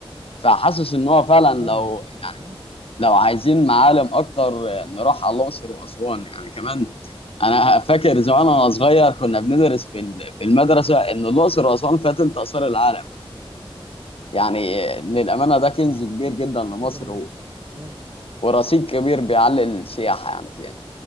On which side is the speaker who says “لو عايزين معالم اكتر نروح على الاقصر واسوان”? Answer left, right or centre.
Left